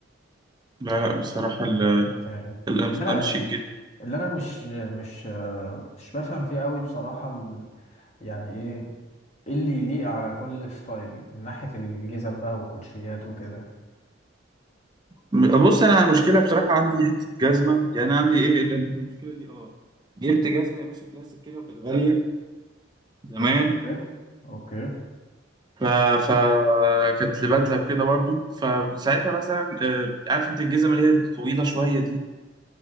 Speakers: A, on the right (about 20°); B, on the left (about 35°).
A: لا لا بصراحة ال-
B: مظبوط. يعني
A: القمصان
B: اللي انا
A: شيك جدا
B: اللي انا مش مش آه، مش بفهم فيه قوي بصراحه ال- يعني ايه إيه اللي يليق على كل ستايل من ناحيه الجزم بقى والكوتشيات وكده
A: م- بص أنا المشكلة بصراحة عندي حتة جزمة يعني عندي إيه لأن المشكلة دي أه جبت جزمة يا باشا كلاسيك كده وكانت غالية زمان
B: اوكي اوكي
A: ف... ف كانت لبدلة كده برضو فساعتها مثلا آه، عارف أنت الجزمة اللي هي طويلة شوية دي